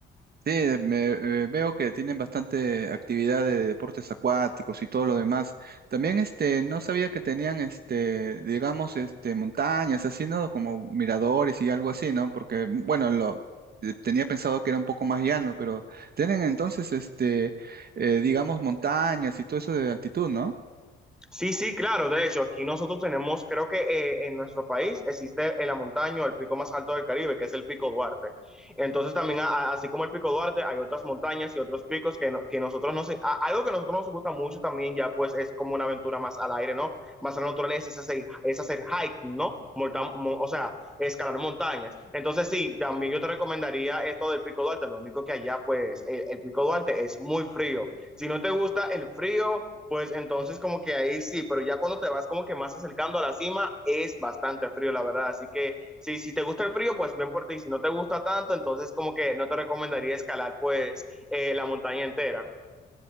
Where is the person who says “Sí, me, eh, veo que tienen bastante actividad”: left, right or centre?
Right